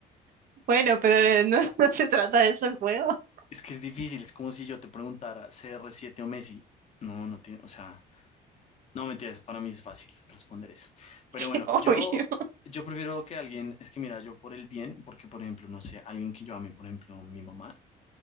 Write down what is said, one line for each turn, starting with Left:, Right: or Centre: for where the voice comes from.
Right: Bueno, pero eh, no, <laughs> no se trata de eso el juego. <laughs>
Left: Es que es difícil, es como si yo te preguntara CR7 o Messi. No, no tiene, o sea, No, mentiras, para mí es fácil responder eso. Pero
Right: Sí,
Left: bueno,
Right: obvio.
Left: yo, yo prefiero que alguien, es que mira, yo por el bien, porque por ejemplo, no sé, alguien que yo ame, por ejemplo, mi mamá,